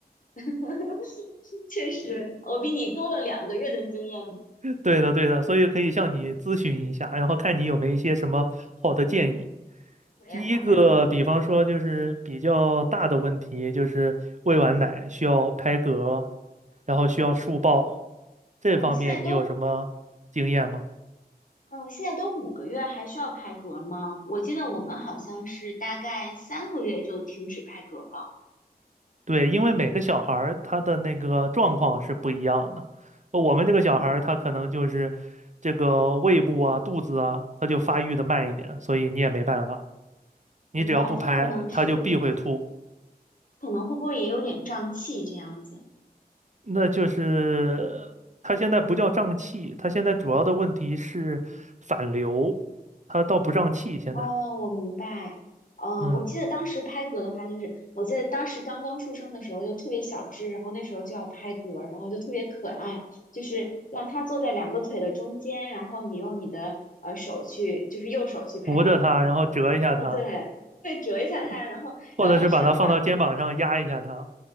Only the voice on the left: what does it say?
<laughs> 确实，我比你多了两个月的经验嘛。
好呀，
好呀。
嗯，现在都，嗯，现在都五个月，还需要拍嗝吗？我记得我们好像是大概三个月就停止拍嗝了。
明白，他可能是，
可能会不会也有点胀气这样子？
哦，我明白。嗯，
我记得当时拍嗝的话，就是我记得当时刚刚出生的时候就特别小只，然后那时候就要拍嗝，然后就特别可爱，就是让它坐在两个腿的中间，然后你用你的呃手去，就是右手去拍它
的，哦，对，对，折一下它，
然后然后当时让爸，